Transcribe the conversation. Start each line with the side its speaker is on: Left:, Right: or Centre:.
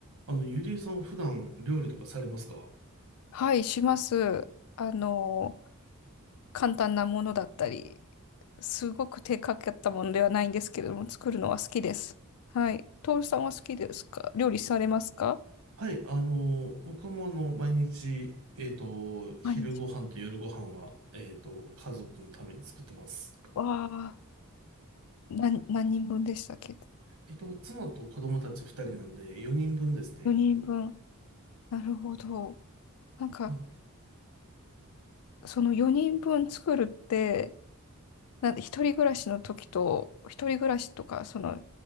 Right: あの、ゆりえさんは普段料理とかされますか
Left: はい、します。あの、簡単なものだったり、すごく手かかったものではないんですけれども、作るのは好きです。はい。徹さんは好きですか料理されますか
Right: はい、あの、僕もあの、毎日、えっと、昼ご飯と夜ご飯は、
Left: 毎日。
Right: えっと、家族のために作ってます。
Left: わあ、な、何人分でしたっけ
Right: えっと、妻と子供たち2人なんで4人分ですね。
Left: ?4 人分。なるほど。なんか、
Right: あ、
Left: その4人分作るって、なん一人暮らしの時と、一人暮らしとか、その、